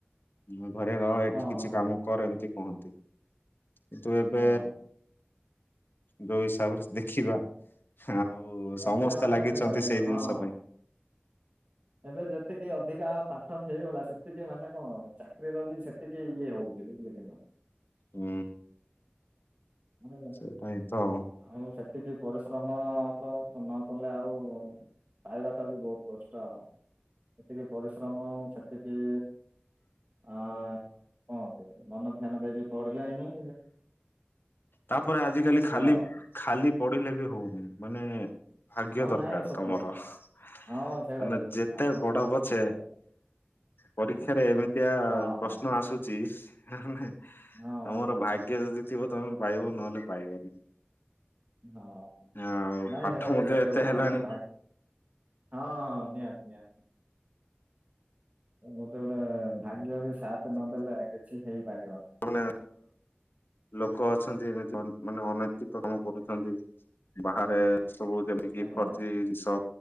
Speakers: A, on the left; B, on the right.
A: ମ ଘରେ ରହେ ଏଠି
B: ହଁ
A: କିଛି
B: ହଁ
A: କାମ କର ଏମତି କୁହନ୍ତି। ତୁ ଏବେ
B: ହଁ
A: ଯୋଉ ହିସାବରେ ଦେଖିବା ଆଉ ସମସ୍ତେ
B: ଏବେ ମାନେ
A: ଲାଗିଛନ୍ତି ସେଇ
B: ହଁ
A: ଜିନିଷ
B: ହଁ
A: ପାଇଁ।
B: ଏବେ ଯେତିକି ଅଧିକା ପାଠ ହେଇଗଲା ସେତିକି ମାନେ କଣ ଚାକିରିର ବି ସେ ସେତିକି ଇଏ ହଉଛି ବୁଝିଲେ କି ନାଇଁ?
A: ହୁଁ।
B: ମାନେ
A: ସେଇଟା ହିଁ ତ।
B: ଆଉ ସେତିକି ପରିଶ୍ରମ ତ ନ କଲେ ଆଉ ଖାଇବା ଟା ବି ବହୁତ କଷ୍ଟ ଆଉ। ସେତିକି ପରିଶ୍ରମ ସେତିକି ଆ କଣ ମନ ଧ୍ୟାନ ଦେଇକି ପଢିଲାନି।
A: ତାପରେ ଆଜିିକାଲି ଖାଲି
B: ଆଉ
A: ଖାଲି ପଢିଲେ ବି ହଉନି। ମାନେ ଭାଗ୍ୟ
B: ହଁ
A: ଦରକାର
B: ନାଇଁ ସତ
A: ତମର
B: ସତ
A: ମାନେ
B: ହଁ ସେଇଟା ବି
A: ଯେତେ
B: ଆପଣ
A: ବଡ
B: କହିଲା
A: ପଛେ
B: ଠିକ୍ ସେଇଟା
A: ପରୀକ୍ଷାରେ ଏମିତିଆ
B: ହଁ
A: ପ୍ରଶ୍ନ
B: ହଁ
A: ଆସୁଛି। ନାଇଁ ତମର
B: ହଁ
A: ଭାଗ୍ୟ ଯଦି ଥିବ ତମେ ପାଇବ ନହେଲେ ପାଇବନି।
B: ହଁ
A: ଆଉ
B: ନାଇଁ
A: ପାଠ
B: ସେଟା
A: ମଧ୍ୟ
B: ବି ସତ
A: ଏତେ
B: କଥା
A: ହେଲାଣି
B: ଆଜ୍ଞା ଭା ହଁ ହଁ ନିହାତି ନିହାତି। ମୋତେ ଗୋଟେ ଭାଗ୍ୟ ବି ସାଥ ନଦେଲେ କିଛି ହେଇପାରିବ ନାହିଁ।
A: ମାନେ ଲୋକ ଅଛନ୍ତି ଏମିତି ମାନେ ଅନୈତି କାମ କରୁଛନ୍ତି। ବାହାରେ ସବୁ ଯେମିତି
B: ଆଜ୍ଞା
A: ଫର୍ଜି
B: ଆଜ୍ଞା
A: ଜିନିଷ